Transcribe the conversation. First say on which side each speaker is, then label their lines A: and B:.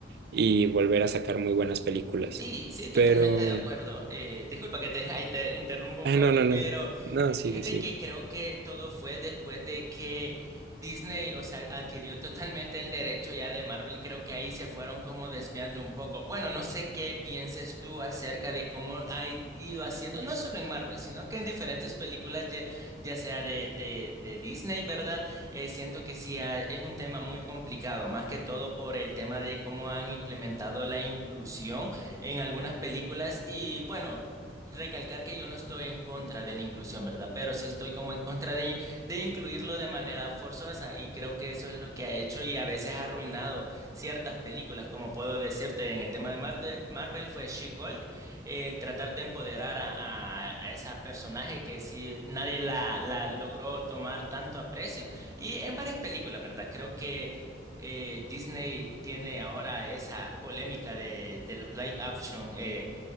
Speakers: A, on the right (about 60°); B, on the right (about 20°).
A: y volver a sacar muy buenas películas.
B: Sí, sí, totalmente
A: Pero...
B: de acuerdo. Eh, disculpa que te, <laughs> ahí te interrumpo un
A: Ah,
B: poco,
A: no, no, no.
B: pero
A: No,
B: eh,
A: sigue,
B: fíjate
A: sigue.
B: que creo que todo fue después de que Disney, o sea, adquirió totalmente el derecho ya de Marvel. Creo que ahí se fueron como desviando un poco. Bueno, no sé qué pienses tú acerca de cómo ha ido haciendo, no solo en Marvel, sino que en diferentes películas, ya, ya sea de, de, de Disney, ¿verdad? Eh, siento que sí ha- es un tema muy complicado, más que todo por el tema de cómo han implementado la inclusión en algunas películas y bueno, recalcar que yo no estoy en contra de la inclusión, ¿verdad? Pero sí estoy como en contra de, de incluirlo de manera forzosa y creo que eso es lo que ha hecho y a veces ha arruinado ciertas películas, como puedo decirte en el tema de Mar- de Marvel fue She-Hulk, el tratar de empoderar a, a, a esa personaje que sí nadie la, la logró tomar tanto aprecio y en varias películas, ¿verdad? Creo que eh, Disney tiene ahora esa polémica de, de los live action, eh,